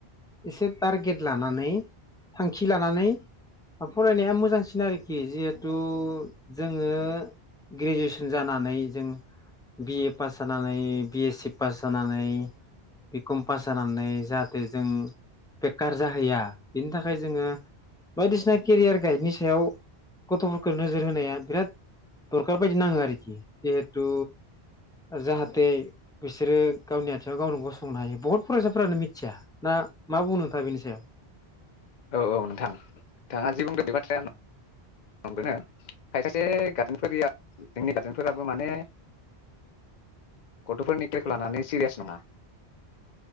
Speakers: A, in the centre; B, on the left.
A: एसे टारगेट लानानै थांखि लानानै फरायनाया मोजांसिन आरोखि जिहेथु जोङो ग्रेजुवेसन जानानै जों बिए पास जानानै बि ए सि पास जानानै बि कम पास जानानै जाहाथे जों बेखार जाहैया बिनि थाखाय जोङो बायदिसिना केरियार गाइडनि सायाव गथ'फोरखौ नोजोर होनाया बिराद दरखार बायदि नाङो आरोखि जिहेथु जाहाथे बिसोरो गावनि आथिङाव गावनो गसंनो हायो बहुत फरायसाफ्रानो मिथिया ना मा बुंनो नोंथाङा बेनि सायाव?
B: औ औ नोंथां नोंथाङा जि बुंदो बे बाथ्राया नंगोनो खायसे गार्जेनफोरनिया जोंनि गार्जेनफोराबो माने गथ'फोरनि केरियरखौ लानानै सिरियास नङा।